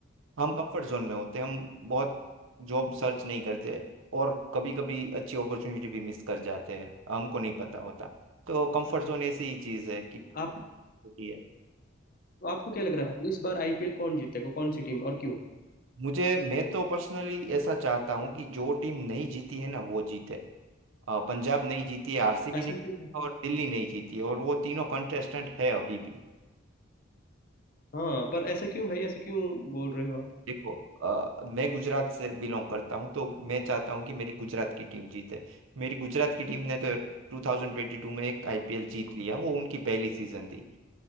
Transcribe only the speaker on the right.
हम कंफर्ट जोन में होते हैं हम बहुत जॉब सर्च नहीं करते और कभी कभी अच्छी अपॉर्चुनिटी भी मिस कर जाते हैं हमको नहीं पता होता तो कंफर्ट जोन ऐसी ही चीज़ है कि
होती है
मुझे मैं तो पर्सनली ऐसा चाहता हूँ कि जो टीम नहीं जीती है ना वो जीते अ, पंजाब नहीं जीती आरसीबी
नहीं
और दिल्ली नहीं जीती और वो तीनों कंटेस्टेंट है अभी भी
देखो अ, मैं गुजरात से बिलोंग करता हूँ तो मैं चाहता हूँ कि मेरी गुजरात की टीम जीते मेरी गुजरात की टीम ने तो 2022 में एक आईपीएल जीत लिया वो उनकी पहली सीजन थी